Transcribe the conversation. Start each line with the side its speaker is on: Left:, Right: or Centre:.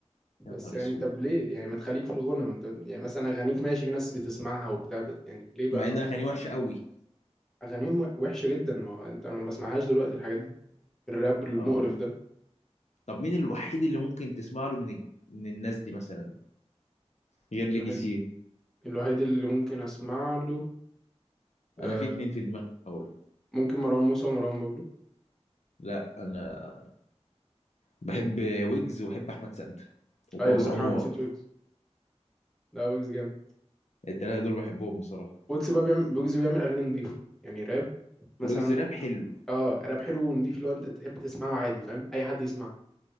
Centre: بس
Left: يا نهار
Centre: يعني
Left: اسود
Centre: طب ليه يعني ما تخليك في الغنى ما انت يعني مثلا اغانيك ماشي في ناس بتسمعها وبتاع بس يعني ليه بقى
Left: مع
Centre: تقعد-
Left: ان اغانيه وحشه قوي
Centre: اغانيهم وحشه جدا ما هو انت ما بسمعهاش دلوقتي الحاجات دي الراب المقرف
Left: اه
Centre: ده
Left: طب مين الوحيد اللي ممكن تسمع له من الج- من الناس دي مثلا غير ليجيسي
Centre: الوحيد الوحيد اللي ممكن اسمع له
Left: انا
Centre: آه،
Left: في اتنين في دماغي اقوله
Centre: ممكن مروان موسى ومروان بابلو
Left: لا انا بحب ويجز وبحب احمد سانتا وابو
Centre: ايوه صح
Left: الانوار
Centre: انا نسيت ويجز لا ويجز جامد
Left: التلاته دول بحبهم بصراحه
Centre: ويجز بقى بيعمل ويجز بيعمل اغاني نضيفه يعني راب مثلا
Left: ويجز راب حلو
Centre: اه راب حلو ونضيف لو انت تحب تسمعه عادي فاهم اي حد يسمعه